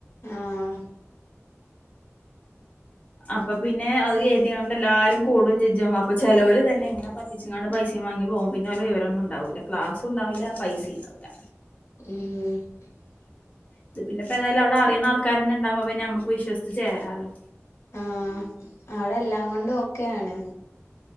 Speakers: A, on the left; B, on the left.
A: ആഹ്
B: അപ്പം പിന്നെ അത് എഴുതിയോണ്ട് എല്ലാരും കൂടും ചെ ജും അപ്പൊ ചെലവൽ തന്നെ ഇങ്ങനെ പറ്റിച്ചിങ്ങാണ്ട് പൈസ വാങ്ങി പോവും പിന്നെ ഓലെ വിവരൊന്നും ഉണ്ടാവൂല്ല ക്ലാസും ഉണ്ടാവില്ല പൈസയും ഉണ്ടാവില്ല
A: ഉം
B: ഇത് പിന്നിപ്പോ ഏതായാലും അവിടെ അറിയുന്ന ആൾക്കാരന്നെ ഉണ്ടാകുമ്പം പിന്നെ നമ്മുക്ക് വിശ്വസിച്ച് ചേരാലോ
A: ആഹ് അവിടെ എല്ലാം കൊണ്ടും ഓക്കെ ആണ്